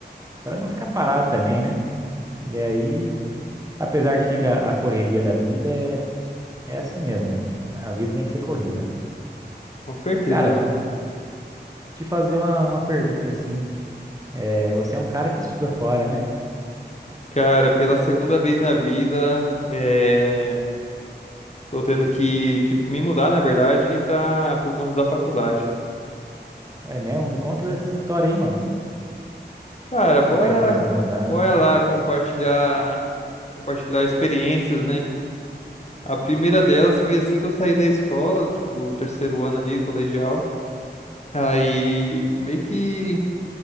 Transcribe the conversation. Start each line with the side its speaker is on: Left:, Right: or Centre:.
Right: pra não ficar parado também, né? E aí, apesar que fica a correria da vida, é, é assim mesmo, né? A vida tem que ser corrida.
Left: Com certeza,
Right: Cara,
Left: mano.
Right: te fazer uma, uma pergunta assim. É, você é um cara que estuda fora, né?
Left: Cara, pela segunda vez na vida, é... tô tendo que. Tive que me mudar, na verdade, pra... por conta da faculdade.
Right: É mesmo? Me conta dessas histórias aí, mano.
Left: Cara, bora,
Right: Como é que foi essas mudanças?
Left: bora lá compartilhar, compartilhar experiências, né? A primeira delas foi assim que eu saí da escola, tipo, do terceiro ano ali, colegial. Aí meio que